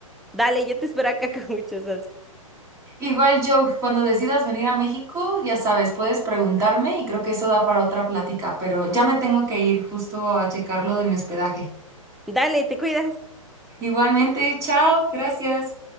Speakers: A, in the centre; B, on the right.
A: Dale, yo te espero acá <laughs> con mucho salsa.
B: Igual, Joe, cuando decidas venir a México, ya sabes, puedes preguntarme y creo que eso da para otra plática, pero ya me tengo que ir justo a checar lo de mi hospedaje.
A: Dale, te cuidas.
B: Igualmente, chao, gracias.